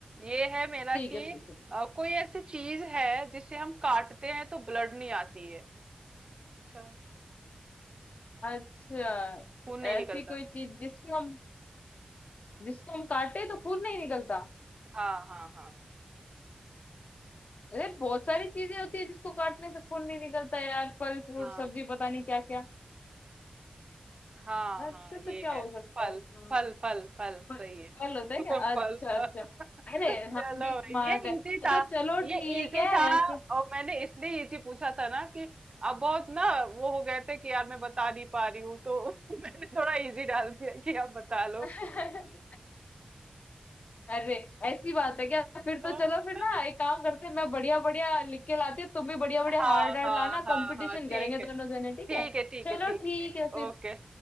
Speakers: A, on the right (about 35°); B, on the left (about 75°).
A: ये है मेरा
B: ठीक
A: कि
B: है पूछो पूछो
A: अ, कोई ऐसी चीज है जिसे हम काटते हैं तो ब्लड नहीं आती है अच्छा
B: अच्छा
A: खून नहीं
B: ऐसी
A: निकलता
B: कोई चीज जिसको हम जिसको हम काटे तो खून नहीं निकलता
A: हाँ हाँ हाँ
B: अरे बहुत सारी चीजें होती है जिसको काटने से खून नहीं निकलता यार फल फ्रूट
A: हाँ
B: सब्जी पता नहीं क्या क्या
A: हाँ
B: अच्छा
A: हाँ
B: तो
A: ये
B: क्या
A: है
B: हो सकता
A: फल
B: है हाँ,
A: फल फल फल
B: फल
A: सही है
B: फल होता
A: <laughs>
B: है क्या अच्छा
A: फल
B: अच्छा
A: <laughs> चलो
B: अरे हम भी स्मार्ट
A: भाई, ये
B: है
A: इजी
B: अच्छा
A: था
B: चलो
A: ये
B: ठीक
A: इजी
B: है
A: था
B: फिर
A: और मैंने इसलिए इजी पूछा था ना कि अब बहुत ना वो हो गए थे कि यार मैं बता नहीं पा रही हूँ तो <laughs> मैंने थोड़ा इजी डाल दिया कि आप बता लो
B: <laughs> अरे ऐसी बात है क्या फिर
A: हाँ
B: तो चलो फिर ना एक काम करते हैं, मैं बढ़िया बढ़िया लिख के लाती हूँ तुम भी बढ़िया बढ़िया
A: हाँ
B: हार्ड हार्ड
A: हाँ
B: लाना
A: हाँ
B: कंपटीशन
A: हाँ, ठीक
B: करेंगे
A: है
B: दोनों जने ठीक
A: ठीक
B: है
A: है ठीक
B: चलो
A: है ठीक
B: ठीक
A: है
B: है फिर
A: ओके